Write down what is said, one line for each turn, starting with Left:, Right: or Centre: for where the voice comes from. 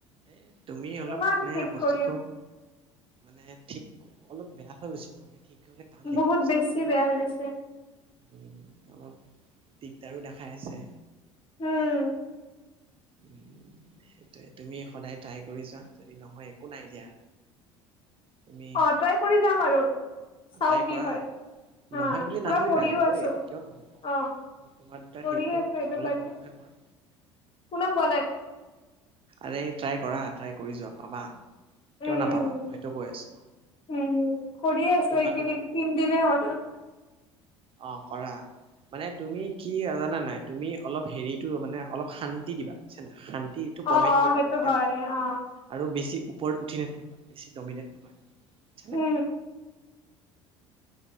Right: এ তুমি অলপ
Left: কিমান
Right: মানে
Left: ঠিক
Right: বস্তুটো
Left: কৰিম
Right: মানে ঠিক- অলপ বেয়া হৈ গৈছে ন'? এতিয়া ঠিক কৰিবলে টান লাগিব
Left: বহুত
Right: বুজিছা
Left: বেছি
Right: নাই।
Left: বেয়া হয় গৈছে।
Right: উম, অলপ দিগদাৰো দেখাই আছে।
Left: উম।
Right: উম সেইটোৱে। তুমি সদায় ট্ৰাই কৰি যোৱা। যদি নহয়, একো নাই দিয়া। তুমি
Left: অ' ট্ৰাই কৰি যাম আৰু। চাও
Right: ট্ৰাই
Left: কি
Right: কৰা।
Left: হয় হা
Right: নহয় বুলি
Left: পুৰা
Right: নাভাবিবা,
Left: কৰিও
Right: হবয়েই।
Left: আছো
Right: কিয় নহব।
Left: অ
Right: মই তোমাৰ দুটাৰ
Left: কৰিয়ে
Right: হেৰিটো
Left: আছো এইটো
Right: খাবলে
Left: কাৰণে
Right: মন নহয় মোৰ।
Left: শুনা পোৱা নাই
Right: আৰে ট্ৰাই কৰা, ট্ৰাই কৰি যোৱা। পাবা।
Left: উম
Right: কিয় নাপাবা
Left: - উম -
Right: মই সেইটো কৈ আছো
Left: উম। উম, কৰিয়ে আছোঁ
Right: তোমাৰ
Left: এইকেইদিন। তিনদিনে হ'ল আৰু।
Right: অ' কৰা। মানে তুমি কি- জানা নাই? তুমি অলপ হেৰিটো মানে, অলপ শান্তি দিবা। বুইছা নাই? শান্ তিটো
Left: অ
Right: প্ৰভাইড
Left: অ
Right: কৰিবা।
Left: সেইটো
Right: তেতিয়া
Left: হয়
Right: ভাল।
Left: অ
Right: আৰু বেছি ওপৰত উঠি নাথাকিবা। বেছি দমিনেট নহয়। বুজিছানে
Left: উম - উম।